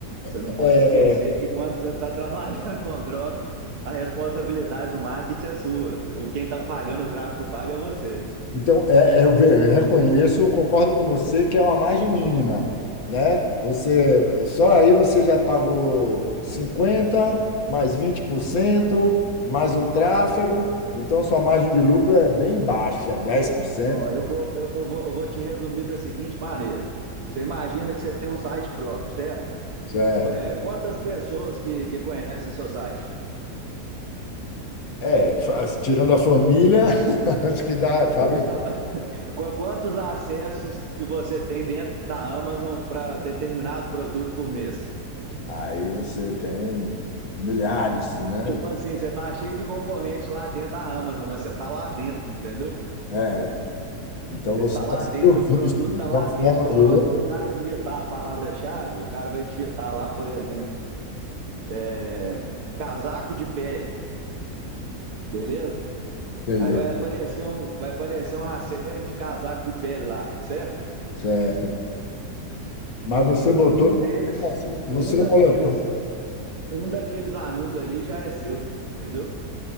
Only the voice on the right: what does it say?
Você não
pode esquecer que quando você está <laughs> trabalhando com drop, a responsabilidade do marketing é sua. O quem está pagando o tráfego paga é você.
Ó, eu vou, eu, eu vou, eu vou te resumir da seguinte maneira. Você imagina que você tem um site próprio, certo?
É, quantas pessoas que, que conhecem seu site?
Então, <laughs> qu- quantos acessos que você tem dentro da Amazon para determinado produto por mês?
Tipo assim, você tá cheio de concorrente lá dentro da Amazon, mas você tá lá dentro, entendeu?
Você
tá
lá
dentro, seu
produto
tá lá
dentro.
Então,
na
hora que o cara digitar a palavra-chave, o cara vai digitar lá, por exemplo, é, casaco de pele, beleza?
Aí vai aparecer, um, vai aparecer uma série de casaco de pele lá, certo?
Um deles,
um
daqueles,
um daqueles anúncios ali já é seu, entendeu?